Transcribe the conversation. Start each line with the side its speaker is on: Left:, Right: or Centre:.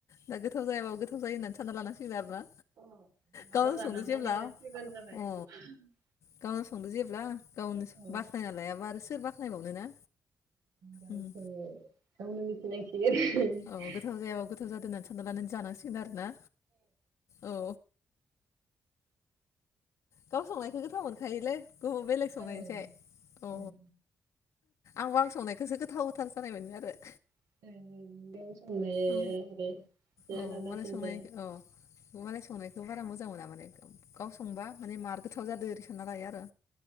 Left: दा गोथाव जायाबो गोथाव जायो होनना सानना लानांसिगोन आरोना
Right: अ मालाबा
Left: गावनो
Right: जाना
Left: संदो
Right: नायनो
Left: जेब्ला
Right: फैबानो जाबाय
Left: अ
Right: <unintelligible>
Left: गावनो संदो जेब्ला गावनो
Right: औ
Left: बाख्नायना लायाबा आरो सोर बाख्नायबावनो ना
Right: गावसो
Left: उम
Right: गावनो मिथिनाय <unintelligible>
Left: औ गोथाव जायाबाबो गोथाव जादो होननानै सानना लानानै जानांसिगोन आरो ना औ गाव संनायखौ गोथाव मोनखायोलै गुबुन बेलेग संनायनिसाय
Right: ओं
Left: अ
Right: ओं
Left: आंबो आं संनायखौसो गोथावथार जानाय मोनो आरो
Right: <unintelligible>
Left: औ
Right: <unintelligible>
Left: औ मालाय संनाय अ मालाय संनायखौ बारा मोजां मोना माने गाव संबा माने मार गोथाव जादो ओरै सानना लायो आरो